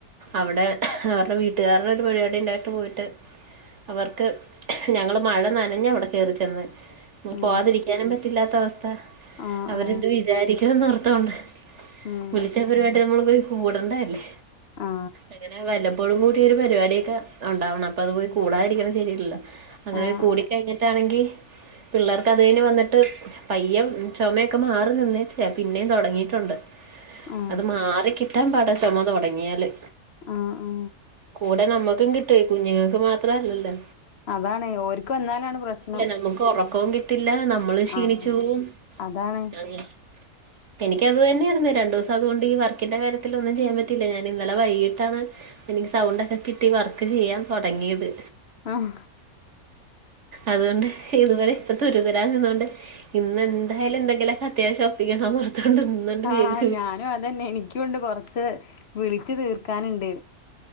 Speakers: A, on the right (about 50°); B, on the left (about 55°).
A: അവിടെ അവരുടെ വീട്ടുകാരുടെ ഒരു പരിപാടി ഉണ്ടായിട്ട് പോയിട്ട് അവർക്ക് ഞങ്ങള് മഴ നനഞ്ഞാ അവിടെ കേറിച്ചെന്ന് നമ്മുക്ക്
B: ഉം
A: പോവാതിരിക്കാനും പറ്റില്ലാത്ത അവസ്ഥ
B: ആ
A: അവരെന്ത്
B: ആ
A: വിചാരിക്കണം എന്നോർത്തോണ്ട്
B: ഉം
A: വിളിച്ച പരിപാടി നമ്മൾ പോയി കൂടേണ്ട അല്ലേ
B: ആ
A: ഇങ്ങനെ വല്ലപ്പോഴും കൂടിയ ഒരു പരിപാടിയൊക്കെ ഉണ്ടാവണം അപ്പൊ അത് പോയി കൂടാതിരിക്കണ ശരിയല്ലല്ലോ അങ്ങനെ
B: ആ ആ
A: കൂടി കഴിഞ്ഞിട്ടാണെങ്കി പിള്ളേർക്ക് അത് കഴിഞ്ഞ് വന്നിട്ട് പയ്യം ചുമയൊക്കെ മാറി നിന്നേച്ചതാ പിന്നേം തുടങ്ങിയിട്ടുണ്ട്
B: ആ
A: അത് മാറിക്കിട്ടാൻ പാടാ ചുമ തുടങ്ങിയാല്
B: ആ ആ
A: കൂടെ നമ്മുക്കും കിട്ട്വേ കുഞ്ഞുങ്ങൾക്ക് മാത്രം അല്ലല്ലോ
B: അതാണ് ഓര്ക്ക്‌ വന്നാലാണ് പ്രശ്നം
A: നമുക്ക് ഉറക്കവും കിട്ടില്ല നമ്മളും ക്ഷീണിച്ചു
B: ആ
A: പോവും
B: അതാണ്
A: അങ്ങ എനിക്ക് അത് തന്നെയായിരുന്ന് രണ്ടു ദിവസം അത് കൊണ്ട് ഈ വർക്കിന്റെ കാര്യത്തില് ഒന്നും ചെയ്യാൻ പറ്റിയില്ല ഞാൻ ഇന്നലെ വൈകിട്ടാണ് എനിക്ക് സൗണ്ടൊക്കെ കിട്ടി വർക്ക് ചെയ്യാൻ തുടങ്ങിയത്.
B: ആഹ്
A: അതുകൊണ്ട് ഇതുവരെ ഇപ്പ തുരുതരാ നിന്നൊണ്ട് ഇന്ന് എന്തായാലും എന്തെങ്കിലും ഒക്കെ അത്യാവശ്യം ഒപ്പിക്കണം എന്നോർത്തോണ്ട് ഇന്നന്നെ
B: ആ
A: വേഗ്
B: ഞാനും അതന്നെ എനിക്കും ഉണ്ട് കൊറച്ച് വിളിച്ചു തീർക്കാനുണ്ട്.